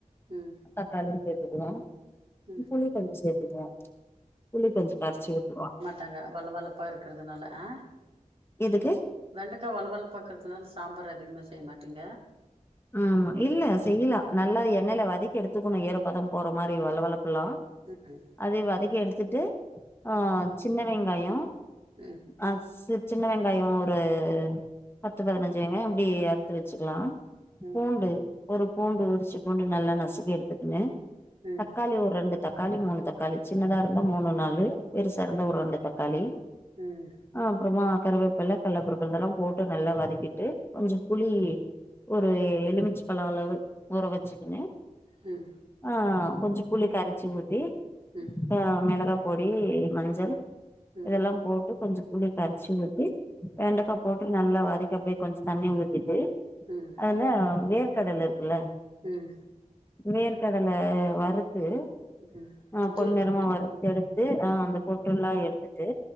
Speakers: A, on the right; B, on the left.
A: ம்
B: தக்காளிய சேத்துக்குவோ
A: ம்
B: புளி கொஞ்ச சேத்துக்கவோ புளி கொஞ்ச கரைச்சு ஊத்துவோ
A: தாங்க வள வளப்பா இருக்கறதுனால ஆ த
B: இதுக்கு
A: வெண்டக்கா வளவளப்பாக்கறதுனால சாம்பார் அதிகமா செய்ய மாட்டீங்க
B: ஆமா இல்ல செய்யலா நல்லா எண்ணயில வதக்கி எடுத்துக்கணு ஈற பதம் போற மாரி வள வளபப்பல்லா
A: ம் ம்
B: அது வதக்கி எடுத்துட்டு ஆ சின்ன வெங்காயோ
A: ம்
B: ஆ சின்ன வெங்காயோ ஒரு பத்து பதினஞ்சு வெங்காயோ அப்டி அறுத்து வச்சுக்கலா
A: ம்
B: பூண்டு ஒரு பூண்டு உரிச்சு பூண்டு நல்லா நசுக்கி எடுத்துக்கினு
A: ம்
B: தக்காளி ஒரு ரெண்டு தக்காளி மூணு தக்காளி சின்னதா இருந்தா மூணு நாலு பெருசா இருந்த ஒரு ரெண்டு தக்காளி
A: ம்
B: ஆ அப்பறமா கருவேப்பல்ல கள்ளபருபு இதெல்லா போட்டு நல்லா வதக்கிட்டு கொஞ்சம் புளி ஒரு எலுமிச்ச பழ அளவு ஊற வச்சுக்கணு
A: ம்
B: ஆ கொஞ்ச புளி கரைச்சி ஊத்தி
A: ம்
B: ஆ மெளகா பொடி மஞ்சள்
A: ம்
B: இதெல்லா போட்டு கொஞ்ச புளி கரைச்சு ஊத்தி வெண்டக்கா போட்டு நல்லா வதக்கி அப்டியே கொஞ்ஜோ தண்ணிய ஊத்திட்டு
A: ம்
B: ஆனா வேர்க்கடல இருக்குல்ல
A: ம்
B: வேர்கடல வறுத்து
A: ம்
B: அ பொன்
A: தூள்
B: நெறமா
A: பண்ணி
B: வறுத்து எடுத்து ஆ அந்த பொட்டு எல்லாம் எடுத்துட்டு